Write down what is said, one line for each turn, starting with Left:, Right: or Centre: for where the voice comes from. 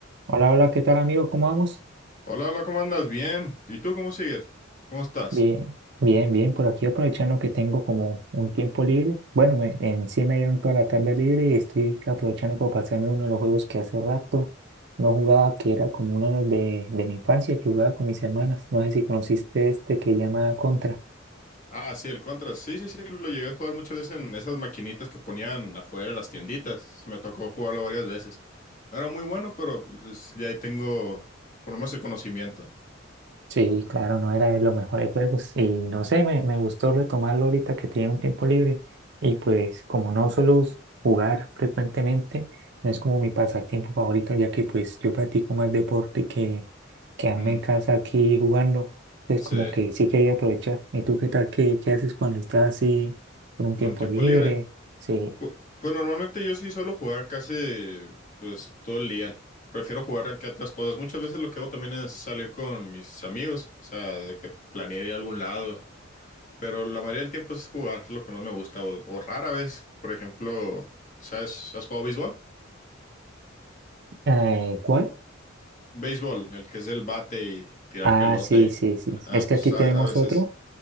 Right: Hola, hola, ¿qué tal amigo? ¿Cómo vamos?
Left: Hola, hola, ¿cómo andas? Bien. ¿Y tú cómo sigues? ¿Cómo estás?
Right: Bien, bien, bien, por aquí aprovechando que tengo como un tiempo libre. Bueno, me, en sí me dieron toda la tarde libre y estoy aprovechando para pasarme uno de los juegos que hace rato no jugaba, que era como uno de, de mi infancia, que jugaba con mis hermanas. No sé si conociste este que llama Contra.
Left: Ah, sí, el Contra. Sí, sí, sí, lo llegué a jugar muchas veces en esas maquinitas que ponían afuera de las tienditas. Me tocó jugarlo varias veces. No Era muy bueno, pero pues, ya ahí tengo por lo menos el conocimiento.
Right: Sí, claro, no era de los mejores juegos y no sé, me, me gustó retomarlo ahorita que tiene un tiempo libre y pues como no suelo us- jugar frecuentemente, no es como mi pasatiempo favorito ya que pues yo practico más deporte que quedarme
Left: Mm,
Right: en casa aquí jugando, entonces
Left: sí,
Right: como que sí quería aprovechar. ¿Y tú qué tal? ¿Qué, qué haces cuando estás así con un tiempo
Left: con tiempo
Right: libre?
Left: libre.
Right: Sí,
Left: Pu- Pues, normalmente yo sí suelo jugar casi pues todo el día. Prefiero jugar que otras cosas. Muchas veces lo que hago también es salir con mis amigos, o sea, de que planear ir a algún lado. Pero la mayoría del tiempo es jugar, es lo que más me gusta. O, o rara vez, por ejemplo, ¿sabes? ¿Has jugado béisbol?
Right: eh, ¿cuál?
Left: Béisbol, el que es del bate y tirar
Right: Ah,
Left: pelota
Right: sí,
Left: y...
Right: sí, sí.
Left: Ah,
Right: Es que
Left: pues
Right: aquí tenemos
Left: a, a veces...
Right: otro